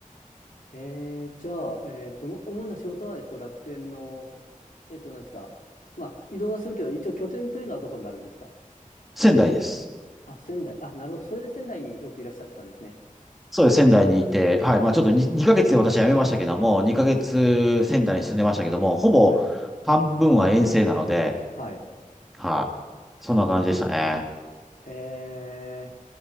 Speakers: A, on the left; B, in the centre.
A: えー、じゃあ、えっと、ま主な仕事は、えっと、楽天の、えっと、何ですか。まあ、移動はするけど、一応拠点というのはどこになるんですか
B: 仙台です。
A: あ、仙台。あ、なるほど。それで仙台によくいらっしゃってたんですね。
B: そうです。仙台にいて、はい。
A: はい。
B: まあちょっと 2, 2ヶ月で私は辞めましたけども、2ヶ月仙台に住んでましたけども、
A: はい。
B: ほぼ
A: はい。
B: 半分は遠征なので、
A: はい。
B: はい。そんな感じでしたね。
A: え